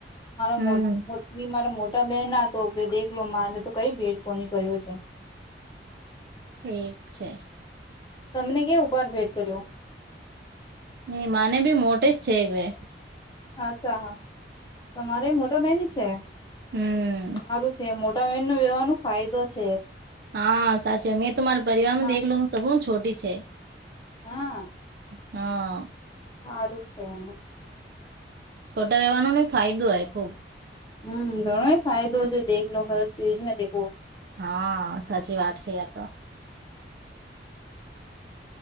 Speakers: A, on the left; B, on the right.
A: મારા
B: હમ
A: મોટ મોટની મોટા બહેન તો દેખલો મારે મેં તો કઈ ભેદ કોની કર્યો છે.
B: ઠીક છે.
A: તમને કય ઉપાર ભેટ કર્યો
B: નહી માને ભી મોટિસ છે હવે
A: અચ્છા તમારે મોટા બેન છે
B: હમ
A: સારું છે મોટા વેન નો વેહવાનો ફાયદો છે
B: હા સાચી મેં તો મારા પરિવાર માં
A: ના
B: દેખ લઉ સ છોટી છે
A: હા
B: હા.
A: સારું છે એને
B: છોટર રહેવાનો નને ફાયદો હોય ખુબ.
A: હમ ઘણો એ ફાયદો છે દેખલો હર ચીજ દેખો.
B: હા સાચી વાત છે ય તો